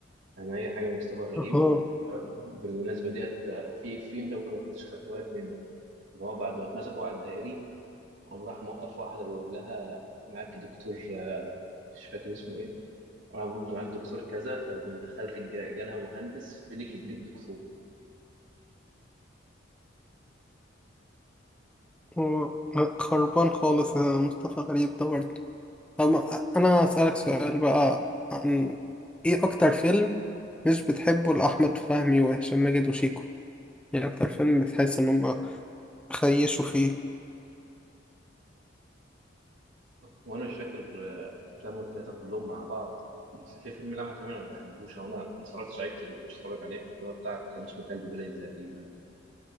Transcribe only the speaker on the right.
أنا أي حاجة مصطفى غريب
يعني بالمناسبة ديت آه، في في أنت ممكن ما كنتش خدت بالك منه إن هو بعد ما اتمسكوا على الدائري قام راح موقف واحدة بيقول لها معاك دكتور آه، مش فاكر اسمه ايه راح بيقول له معاك دكتور كذا لو بنت خالتك جا- جالها مهندس في ايدك يجيلك دكتور
وانا مش فاكر آه، افلامهم التلاتة كلهم مع بعض بس في فيلم لعبة تمام انا ما بحبوش او انا ما اتفرجتش عليه كتير ما كنتش اتفرج عليه اللي هو بتاع كان اسمه كلب بلد تقريبا